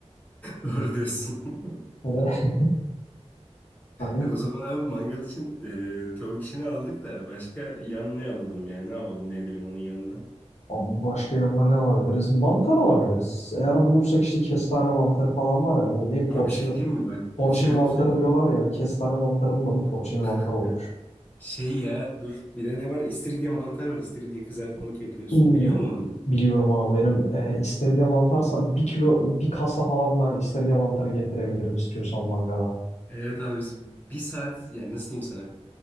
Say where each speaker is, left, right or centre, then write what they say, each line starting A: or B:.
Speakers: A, on the left; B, on the left.
A: Doğru diyorsun. <laughs>
B: Hani, <laughs> hani
A: E o zaman abi mangal için e, tavuk işini aldık da başka yan ne alalım ya? Ne yapalım ne edelim onun yanına?
B: abi başka yanına ne alabiliriz? Mantar alabiliriz. Eğer bulursak işte kestane mantarı falan var ya. Bu ne porcini
A: Ama bir şey diyeyim mi? Bak
B: Porcini
A: bir şey
B: mantarı
A: olsaydı
B: diyorlar ya. Kestane mantarının adı porcini mantar
A: <laughs>
B: olmuş.
A: şey ya dur bir de ne var? İstiridye mantar var. İstiridye kızartmalık yapıyorsun.
B: Oo,
A: Biliyor musun onu?
B: biliyorum abi benim e, istiridye mantarsa bir kilo bir kasa falan ben istiridye mantarı getirebilirim istiyorsan mangala.
A: Evet abi biz bir saat yani nasıl diyeyim sana?